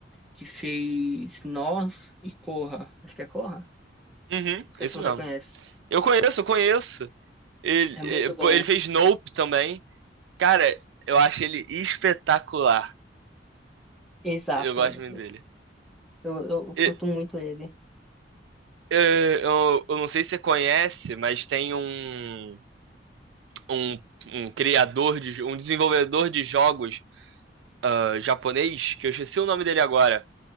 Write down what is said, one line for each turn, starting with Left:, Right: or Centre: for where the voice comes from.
Centre: que fez Nós e Corra. Acho que é Corra?
Right: Uhum,
Centre: Não sei
Right: isso
Centre: se você
Right: mesmo.
Centre: conhece.
Right: Eu conheço, eu conheço. Ele,
Centre: É muito
Right: eh, pô,
Centre: bom.
Right: ele fez Nope também. Cara, eu acho ele espetacular.
Centre: Exato.
Right: Eu gosto muito dele.
Centre: Eu, eu
Right: E,
Centre: curto muito ele.
Right: eh, eu, eu não sei se você conhece, mas tem um, um, um criador de, jo- um desenvolvedor de jogos ah, japonês, que eu esqueci o nome dele agora.